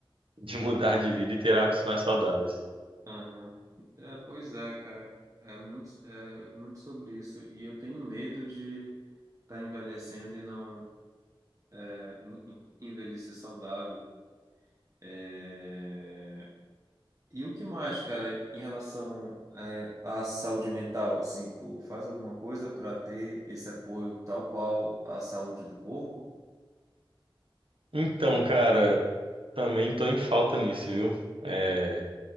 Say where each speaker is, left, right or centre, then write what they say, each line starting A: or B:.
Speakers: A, on the right; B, on the right.
A: de mudar de vida e ter hábitos mais saudáveis.
B: Aham. É, pois é, cara. É muito, é muito sobre isso. E eu tenho medo de estar envelhecendo e não é, en- en- envelhecer saudável. É, E o que mais, cara, em relação eh, à saúde mental, assim, tu faz alguma coisa para ter esse apoio tal qual a saúde do corpo?
A: Então, cara, também estou em falta nisso, viu? É,